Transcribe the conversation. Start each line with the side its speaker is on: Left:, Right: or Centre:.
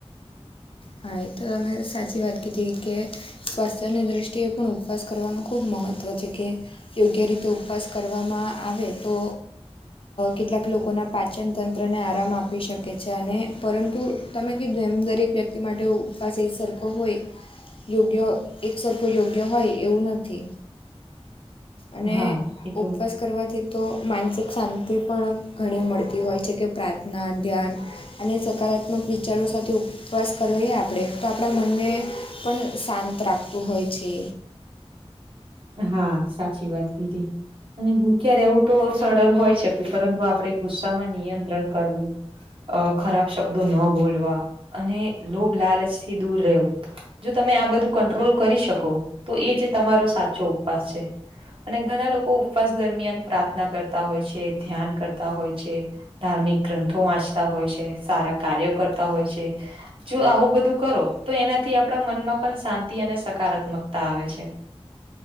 Left: હા તો તમે સાચી વાત કીધી, કે સ્વાસ્થ્યની દ્રષ્ટિએ પણ ઉપવાસ કરવાનું ખૂબ મહત્વ છે. કે યોગ્ય રીતે ઉપવાસ કરવામાં આવે તો કેટલાક લોકોના પાચનતંત્રને આરામ આપી શકે છે, અને પરંતુ તમે ક જેમ દરેક વ્યક્તિ માટે ઉપ પવાસ એક સરખો હોય યોગ્ય એક સરખો યોગ્ય હોય એવું નથી. અને
Right: હા એ તો
Left: ઉપવાસ્ કરવાથી તો માનસિક શાંતિ પણ ઘણી મળતી હોય છે, કે પ્રાર્થના, ધ્યાન અને સકારાત્મક વિચારો સાથે ઉપવાસ કરવો એ આપણે તો આપણા મનને પણ શાંત રાખતું હોય છે.
Right: હા, સાચી વાત અને ભૂખ્યા એવું તો સરળ હોય શકે પરંતુ આપણે ગુસ્સામાં નિયંત્રણ કરવું ખરાબ શબ્ દો ન બોલવા અને લોભ, લાલચ થી દૂર રહેવું જો તમે બધું કટ્રોલ કરી શકો. તો એ તમા પાસ છે. અને ઘણા લોકો ઉપવાસ દરમિયાન પ્રાર્થના કરતા હોય છે, ધ્યાન કરતા હોય છે. ધાર્મિક ગ્રંથો વાંચતા હોય છે, સારા કાર્યો કરતા હોય છે, જો આવું બધું કરો. તો એનાથી આપણા મનમાં પણ શાંતિ અને સકારાત્મકતા આવે છે.